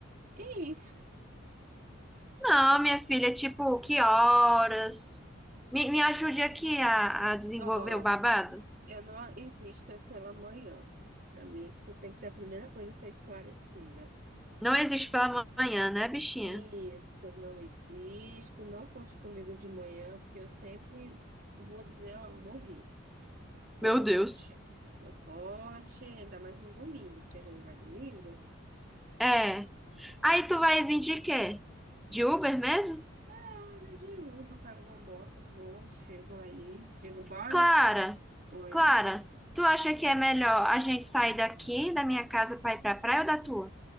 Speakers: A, on the right; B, in the centre.
A: Ih,
B: Não, minha filha, tipo, que horas? Me, me ajude aqui a, a desenvolver
A: ó,
B: o babado?
A: eu não existo pela manhã. Pra mim, isso tem que ser a primeira coisa a ser esclarecida.
B: Não existe pela manhã, né, bichinha?
A: Isso, não existo. Não conte comigo de manhã, porque eu sempre vou dizer, ó, morri. Então
B: Meu
A: não
B: Deus.
A: conte. Não conte, ainda mais no domingo, porque a gente vai domingo.
B: É. Aí tu vai vir de quê? De Uber mesmo?
A: Ah, vai de Uber, pego uma moto, vou, chego aí, digo, bora?
B: Clara,
A: Oi.
B: Clara, tu acha que é melhor a gente sair daqui da minha casa para ir pra praia ou da tua?